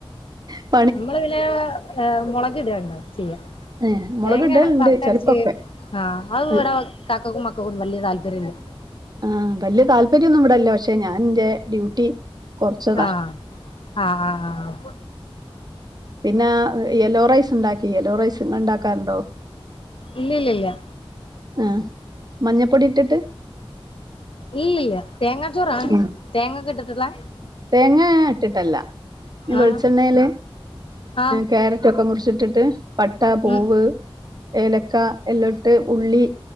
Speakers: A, on the right (about 45°); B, on the left (about 65°).
A: ആ
B: നമ്മള് ഇല മുളക് ഇടണ ചെയ്യ
A: ഏഹ്
B: വേങ്ങര
A: മുളക് ഇടലുണ്ട്
B: വർത്തരച്ച
A: ചെലപ്പൊക്കെ
B: ആഹ് അത് ഇവിടെ
A: ആ
B: കാക്കക്കും മക്കക്കും വലിയ താല്പര്യമില്ല
A: ആ വല്ിയ താല്പര്യംൊന്നും ഇവിടെല്ലോ പക്ഷെ ഞാൻന്റെ ഡ്യൂട്ടി കുറച്ചതാ
B: ആഹ് ആഹ ആഹ്
A: പിന്നെ യെലോ റൈസ് ഉണ്ടാക്കി യെലോ റൈസ് ഇ ഉണ്ടാക്കാറുണ്ടോ
B: ഇല്ലില്ല
A: ആ മഞ്ഞപ്പൊടി ഇട്ടിട്ട്
B: ഇല്ലല്ല തേങ്ങാ ചോറാ
A: ഉം
B: തേങ്ങക്കെ ഇട്ടിട്ടുള്ളേ
A: തേങ്ങ ഇട്ടിട്ടല്ല ഈ വെളിച്ചെണ്ണേൽ
B: ആഹ് ആഹ്
A: കാരറ്റ് ഇറ്റൊക്കെ മുറിച്ചിട്ടിട്ട് പട്ട പൂവ്
B: ഉം
A: ഏലക്ക എല്ലാം ഇട്ട് ഉള്ളി